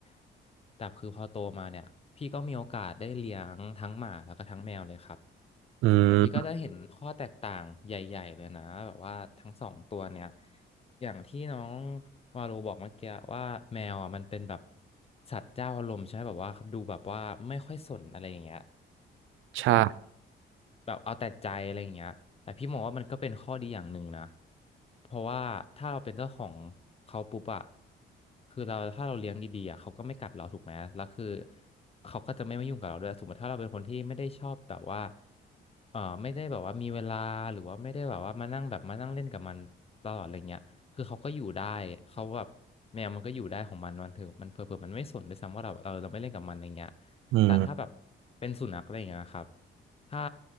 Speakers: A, on the left; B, on the right.
A: ๆแต่คือพอโตมาเนี่ยพี่ก็มีโอกาสได้เลี้ยงทั้งหมาแล้วก็ทั้งแมวเลยครับ
B: อืม
A: แต่พี่ก็จะเห็นข้อแตกต่างใหญ่ๆเลยนะแบบว่าทั้งสองตัวเนี่ย อย่างที่น้องวาโลบอกเมื่อกี้ว่าแมวอ่ะมันเป็นแบบสัตว์เจ้าอารมณ์ใช่ไหมแบบว่าดูแบบว่าไม่ค่อยสนอะไรอย่างเงี้ย
B: ใช่
A: แบบแบบเอาแต่ใจอะไรอย่างเงี้ยแต่พี่มองว่ามันก็เป็นข้อดีอย่างหนึ่งนะเพราะว่าถ้าเราเป็นเจ้าของเขาปุ๊บอะคือเราถ้าเราเลี้ยงดีๆอะเขาก็ไม่กัดเราถูกไหมแล้วคือเขาก็จะไม่มายุ่งกับเราด้วยสมมติถ้าเราเป็นคนที่ไม่ได้ชอบแบบว่าเออไม่ได้แบบว่ามีเวลาหรือว่าไม่ได้แบบว่ามานั่งแบบมานั่งเล่นกับมันตลอดอะไรเงี้ย คือเขาก็อยู่ได้ เขาแบบแมวมันก็อยู่ได้ของมันมันเถอะมันเผลอๆมันไม่สนด้วยซ้ำว่าเราเออเราไม่เล่นกับมันอะไรเงี้ย
B: อืม
A: แต่ถ้าแบบเป็นสุนัขอะไรอย่างเงี้ยครับ ถ้า